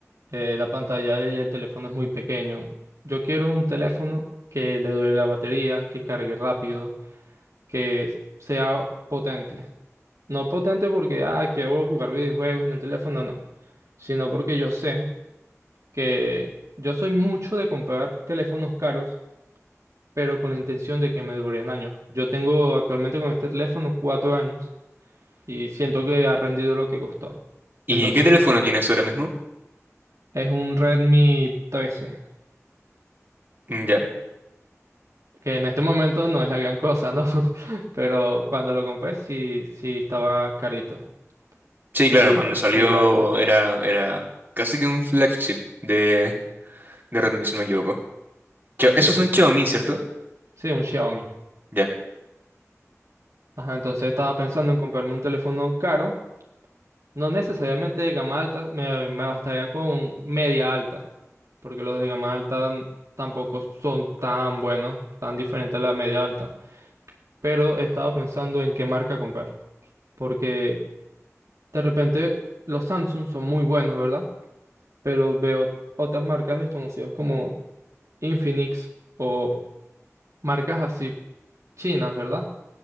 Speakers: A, on the right (about 65°); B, on the right (about 35°).
A: eh, la pantalla de- y el teléfono es muy pequeño. Yo quiero un teléfono que le dure la batería, que cargue rápido, que sea potente. No potente porque, ah, quiero jugar videojuegos en el teléfono, no. no. Sino porque yo sé que yo soy mucho de comprar teléfonos caros, pero con la intención de que me duren años. Yo tengo actualmente con este teléfono cuatro años y siento que ha rendido lo que costó.
B: ¿Y
A: Entonces
B: qué teléfono
A: me gustaría.
B: tienes ahora mismo?
A: Es un Redmi 13.
B: Mm, Ya.
A: que en este momento no es la gran cosa, ¿no? <laughs> Pero cuando lo compré sí, sí estaba carito
B: Sí, claro,
A: y
B: cuando
A: era
B: salió
A: muy bueno,
B: era, era casi que un flagship de, de Redmi, si no me equivoco. Chao-
A: sí,
B: Eso es un Xiaomi, ¿cierto?
A: sí, un Xiaomi.
B: Ya,
A: Ajá, entonces estaba pensando en comprarme un teléfono caro, no necesariamente de gama alta, me, me bastaría con media alta, porque los de gama alta n- tampoco son tan buenos, tan diferentes a la media alta, pero estaba pensando en qué marca comprar, porque de repente los Samsung son muy buenos, ¿verdad? pero veo otras marcas desconocidas como Infinix o marcas así chinas, ¿verdad?